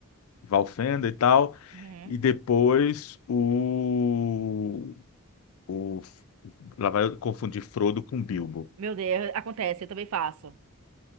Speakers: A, on the left; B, on the right.
A: Valfenda e tal,
B: uhum.
A: e depois o, o- lá vai confundir Frodo com Bilbo.
B: Meu Deus, é, acontece, eu também faço.